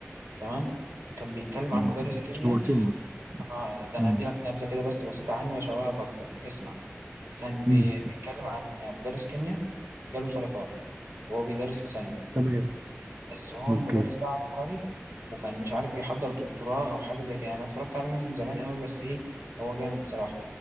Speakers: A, on the right; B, on the right.
A: تمام كان بيتكلم
B: مم.
A: عن مدرس كيمياء
B: شوقتني
A: اه ده
B: مم.
A: انا هدي لك نبذه كده بس بسيطه عنه واشوقك اكتر اسمع كان بي...
B: مم.
A: بيتكلم عن مدرس كيمياء جاله سرطان وهو بيدرس في ثانوي
B: تمام
A: بس هو
B: اوكي
A: المدرس ده عبقري وكان مش عارف يحضر دكتوراه او حاجه زي كده يعني انا اتفرجت عليه من زمان قوي بس ايه هو جامد بصراحه